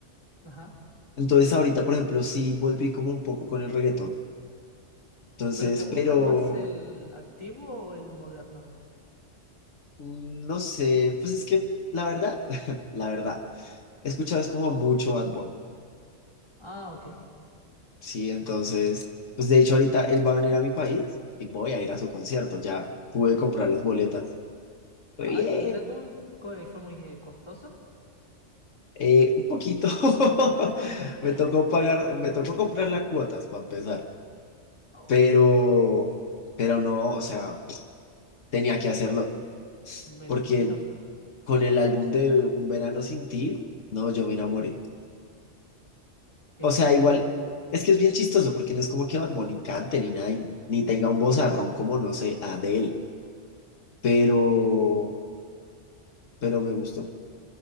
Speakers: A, on the left; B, on the left.
A: Ajá.
B: Entonces ahorita, por ejemplo, sí volví como un poco con el reggaetón. Entonces,
A: ¿Pero te gusta
B: pero...
A: más el antiguo o el moderno?
B: Mm, No sé, pues es que la verdad, <laughs> la verdad, he escuchado es como mucho Bad Bunny,
A: Ah, ok.
B: sí, entonces, pues de hecho ahorita él va a venir a mi país y voy a ir a su concierto, ya pude comprar las boletas, muy
A: Ay,
B: bien,
A: mira tú, co- eh, fue muy eh, costoso.
B: eh, un poquito, <laughs>
A: <laughs>
B: me tocó pagar, me tocó comprar las cuotas para empezar,
A: Oh,
B: pero, pero no, o sea, tenía que hacerlo,
A: me imagino.
B: porque con el álbum de Un Verano Sin Ti, no, yo me enamoré.
A: Eh,
B: O sea, igual, es que es bien chistoso porque no es como que Bad Bunny cante ni nada, y- ni tenga un vozarrón como, no sé, Adele, pero, pero me gustó.